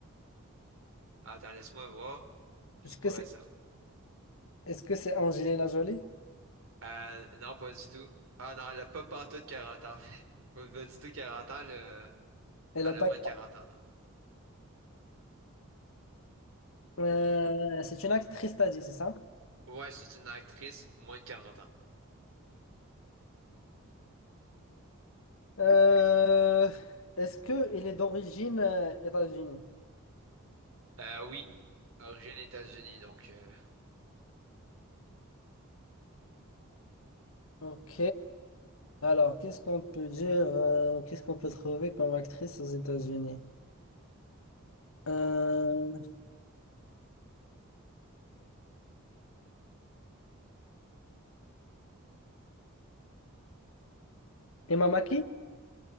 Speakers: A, on the right (about 75°); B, on the left (about 70°).
A: Attends, laisse-moi voir, juste
B: Est-ce
A: pour
B: que c'est
A: être certain.
B: est-ce que c'est Angelina Jolie?
A: Euh, non, pas du tout. Ah non, elle a pas pantoute 40 ans. <laughs> Pas, pas du tout 40 ans, elle a,
B: Elle
A: elle
B: a pas...
A: a moins de quarante ans, non.
B: Euh, c'est une actrice, t'as dit, c'est ça?
A: Ouais, c'est une actrice, moins de 40 ans.
B: Euh, est-ce qu'elle est d'origine euh, États-Unis?
A: Euh, oui, origine États-Unis, donc... euh,
B: Ok. Alors, qu'est-ce qu'on peut dire? euh, qu'est-ce qu'on peut trouver comme actrice aux États-Unis? Euh, Emma Mackey?